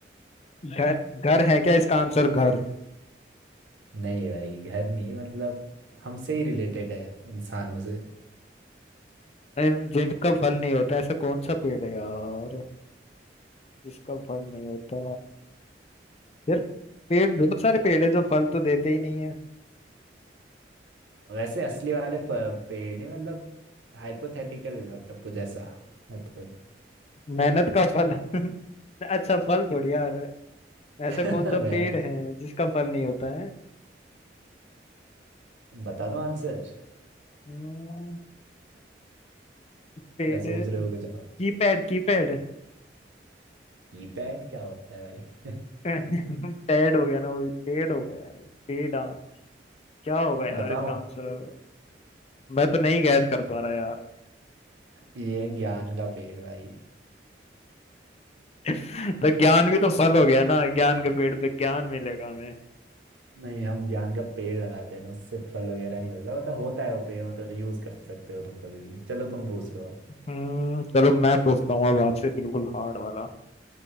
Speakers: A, on the left (about 35°); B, on the right (about 85°).
A: घर घर है क्या इसका आंसर घर
B: नहीं भाई घर नहीं मतलब हमसे ही रिलेटेड है इंसानों से
A: अरे, जिनका फल नहीं होता ऐसा कौन सा पेड़ है यार जिसका फल नहीं होता यार पेड़ बहुत सारे पेड़ है जो फल तो देते ही नहीं है
B: वैसे असली वाले फ- पेड़ नहीं मतलब हाइपोथेटिकल मतलब कुछ ऐसा मतलब
A: मेहनत का फल <laughs> अच्छा फल थोड़ी यार
B: <laughs>
A: ऐसा कौन सा
B: मैंने
A: पेड़ है जिसका फल नहीं होता है
B: बता दो आंसर
A: हम्म, पेड़
B: या सोच रहे
A: Keypad
B: हो कुछ और
A: keypad
B: कीपैड क्या होता है भाई <laughs>
A: <laughs> पैड हो गया ना वो भी, पेड़ हो गया यार पेड़ आ क्या होगा यार
B: बताओ
A: इसका आंसर मैं तो नहीं गैस कर पा रहा यार
B: ये है ज्ञान का पेड़ भाई
A: <laughs> तो ज्ञान भी तो फल हो गया ना ज्ञान के पेड़ पे ज्ञान मिलेगा हमें
B: नहीं हम ज्ञान का पेड़ लगाते हैं ना उससे फल वगैरह नहीं मिलता मतलब होता है वो पेड़ मतलब यूज कर सकते हो तुम कभी भी चलो तुम पूछ लो अब
A: हम्म चलो मैं पूछता हूँ अब आपसे बिल्कुल हार्ड वाला